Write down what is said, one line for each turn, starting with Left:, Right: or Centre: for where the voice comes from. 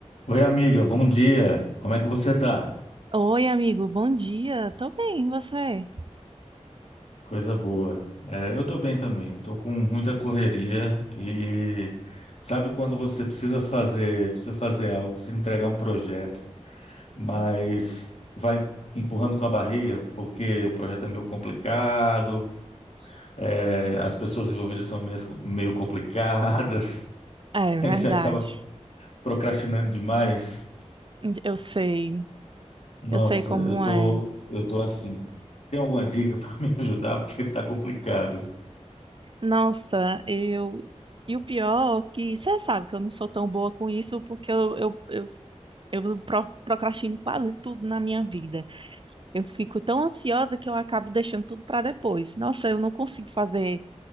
Left: Oi, amiga, bom dia. Como é que você tá?
Right: Oi, amigo, bom dia. Tô bem, e você?
Left: Coisa boa. É, eu tô bem também. Tô com muita correria e sabe quando você precisa fazer, precisa fazer algo, precisa entregar um projeto, mas vai empurrando com a barriga porque o projeto é meio complicado, é, as pessoas envolvidas são meio, meio complicadas, <laughs>
Right: É
Left: aí
Right: verdade.
Left: você acaba procrastinando demais.
Right: Eu sei,
Left: Nossa,
Right: eu sei como
Left: eu tô,
Right: é.
Left: eu tô assim. Tem alguma dica <laughs> para me ajudar porque tá complicado?
Right: Nossa, eu. E o pior é que você sabe que eu não sou tão boa com isso porque eu, eu, eu, eu pro- procrastino quase tudo na minha vida. Eu fico tão ansiosa que eu acabo deixando tudo para depois. Nossa, eu não consigo fazer